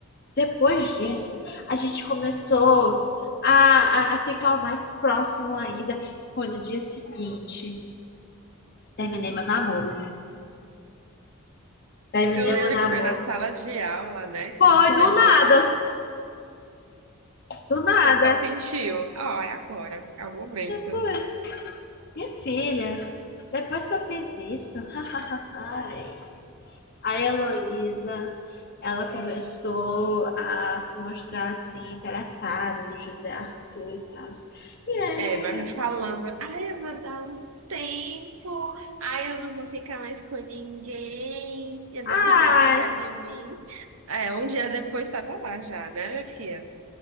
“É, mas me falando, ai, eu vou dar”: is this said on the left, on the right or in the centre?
Right